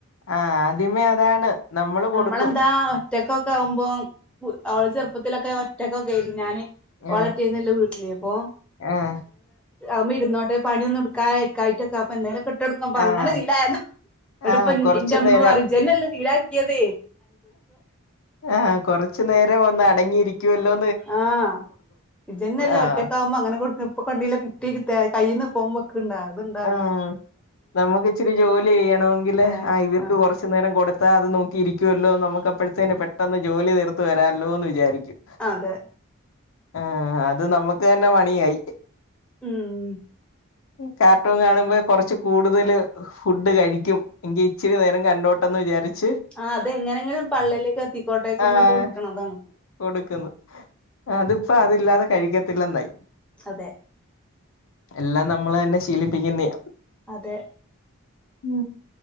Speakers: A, on the left; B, in the centre.
A: ആഹ് ആദ്യമേ അതാണ് നമ്മള് കൊടുക്കും
B: നമ്മളെന്താ ഒറ്റക്കൊക്കെ ആകുമ്പോൾ അവള് ചെറുപ്പത്തിലൊക്കെ ഒറ്റക്കൊക്കെ ആയിരുന്നു ഞാന് ഓൾ
A: ആഹ്
B: ഒറ്റക്കല്ലേ വീട്ടിൽ അപ്പൊ
A: ആഹ്
B: അത്മ്മേ ഇരുന്നോട്ടെ പണി ഒന്നും ഇടുക്കാനയ്കാഞ്ഞിട്ടാകുമ്പോ എന്തേലൊ ഇട്ടൊട്കുമ്പോ
A: ആഹ്
B: അങ്ങനെ ശീലായതാ ഇങ്ങട്ട്
A: ആഹ്
B: പ്പൊ
A: കൊറച്ചു
B: ഇന്റെ ഇമ്മ
A: നേരം
B: പറിം ഇജെന്നല്ലേ ശീലാക്കേത്
A: ആ് കൊറച്ചു നേരം ഒന്ന് അടങ്ങിയിരിക്കുമല്ലോ
B: ആഹ് ഇജ്ജ്ന്നല്ലേ
A: ആഹ്
B: ഒറ്റക്കാവുമ്പോ അങ്ങനെ കൊടുക്ക ഇപ്പൊ കണ്ടീലെ കുട്ടി തെ കയ്യീന്ന് ഫോൺ വെക്ക്ണ്ടൊ
A: ആഹ നമുക്ക് ഇച്ചിരി ജോലി ചെയ്യണമെങ്കില്
B: ഏഹ്
A: ആ ഇവർക്ക്
B: ആഹ്
A: കുറച്ച് കുറച്ച് നേരം കൊടുത്തൽ അത് നോക്കിയിരിക്കുവല്ലോ നമുക്ക് അപ്പോഴത്തേും പെട്ടെന്ന് ജോലി ത്തി ർത് വരാമല്ലോ എന്ന് വിചാരിക്കും
B: അതെ
A: ആഹ് അത് നമ്മക്ക് തന്നെ പണിയായി
B: ഉം
A: കാർട്ടൂൺ കാണുമ്പോ കൊറച്ച് കൂടുതല് ഫുഡ് കഴിക്കും എങ്കി ഇച്ചിരി നേരം കണ്ടോട്ടെന്ന് വിചാരിച്ച്
B: ആഹ് അതെങ്ങനെങ്കിലും പള്ളീലേക്ക് എത്തിക്കോട്ടെച്ട്ട്
A: ആഹ്
B: കൊടുക്ക്‌ണതാണ്
A: കൊടുക്കുന്നു അതിപ്പോ അതില്ലാതെ കഴിക്കത്തില്ലെന്നായി
B: അതെ
A: എല്ലാം നമ്മള്ന്നെ ശീലിപ്പിക്കുന്ന്യാ
B: അതെ
A: ഉ